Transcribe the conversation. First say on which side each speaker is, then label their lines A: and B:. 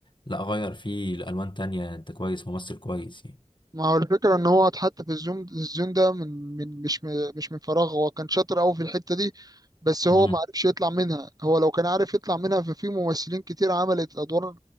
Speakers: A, on the left; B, on the right.
A: لا غير فيه لألوان تانية انت كويس ممثل كويس يعني
B: ما هو الفكرة ان هو حتى في الزوم الزون ده من من مش م- مش من فراغ هو كان شاطر قوي في الحتة دي بس هو
A: امم
B: ما عرفش يطلع منها هو لو كان عارف يطلع منها ففي ممثلين كتير عملت ادوار